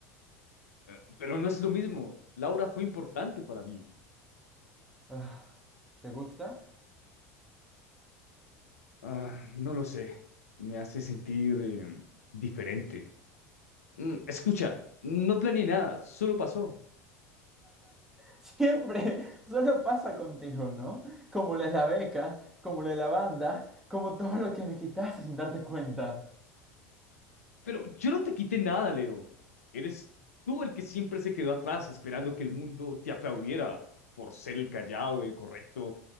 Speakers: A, on the left (about 70°); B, in the centre.
A: Eh, Pero no es lo mismo. Laura fue importante para mí.
B: Ah, ¿Te gusta?
A: Ah, no lo sé. Me hace sentir em, diferente. Mm, escucha, no planeé nada, solo pasó.
B: Siempre. <laughs> Solo pasa contigo, ¿no? Como la de la beca, como la de la banda, como todo lo que me quitaste sin darte cuenta.
A: Pero yo no te quité nada, Leo. Eres tú el que siempre se quedó atrás esperando que el mundo te aplaudiera por ser el callado, el correcto.